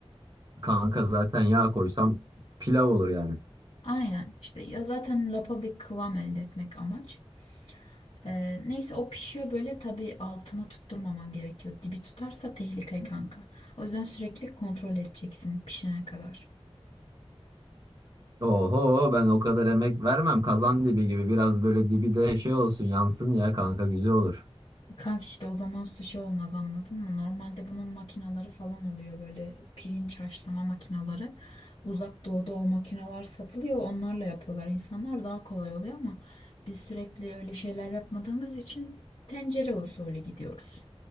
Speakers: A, on the right; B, on the left.
A: kanka zaten yağ koysam pilav olur yani.
B: Aynen işte ya zaten lapa bir kıvam elde etmek amaç. Ee, neyse o pişiyor böyle tabii altını tutturmaman gerekiyor. Dibi tutarsa tehlike kanka. O yüzden sürekli kontrol edeceksin pişene kadar.
A: Oho ben o kadar emek vermem kazan dibi gibi biraz böyle dibi de şey olsun yansın ya kanka güzel olur.
B: Kanka işte o zaman sushi olmaz anladın mı? Normalde bunun makinaları falan oluyor böyle pirinç haşlama makinaları. Uzak doğuda o makinalar satılıyor onlarla yapıyorlar. İnsanlar daha kolay oluyor ama biz sürekli öyle şeyler yapmadığımız için tencere usulü gidiyoruz.